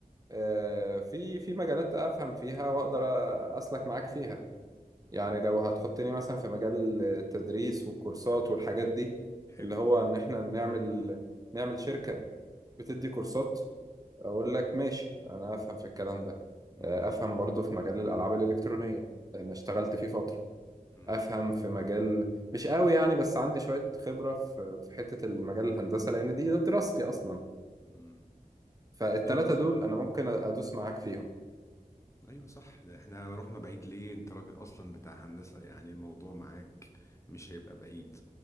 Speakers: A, on the right (about 25°); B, on the left (about 20°).
A: آه، في في مجالات افهم فيها واقدر اسلك معاك فيها يعني لو هتحطني مثلا في مجال التدريس والكورسات والحاجات دي
B: حلو
A: اللي هو ان احنا نعمل نعمل شركة بتدي كورسات اقول لك ماشي انا افهم في الكلام ده
B: امم
A: آه، افهم برضو في مجال الالعاب الالكترونية لان اشتغلت فيه فترة
B: امم
A: افهم في مجال مش قوي يعني بس عندي شوية خبرة في في حتة المجال الهندسة لان دي ده دراستي اصلا
B: امم.
A: فالتلاتة
B: ايوه صح
A: دول انا ممكن ادوس معاك فيهم
B: ايوه صح ده احنا رحنا بعيد ليه انت راجل اصلا بتاع هندسة يعني الموضوع معاك مش هيبقى بعيد